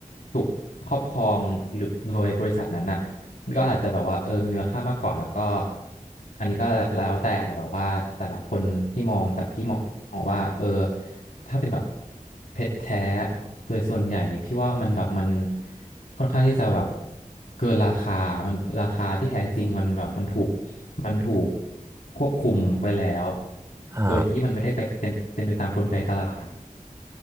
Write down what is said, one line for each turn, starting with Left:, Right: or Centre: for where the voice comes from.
Left: ถูกครอบครองหรือโดยบริษัทนั้นน่ะก็อาจจะแบบว่าเออมีมูลค่ามากกว่าแล้วก็อันนี้ก็แล้วแต่แบบว่าแต่ละคนที่มองแต่พี่มองว่าเออถ้าเป็นแบบเพชรแท้โดยส่วนใหญ่พี่ว่ามันแบบมันค่อนข้างที่จะแบบเกินราคามันราคาที่แท้จริงมันแบบมันถูก มันถูกควบคุมไว้แล้ว
Right: อ่า
Left: โดยที่มันไม่ได้ไปเป็นเป็นไปตามกลไกตลาด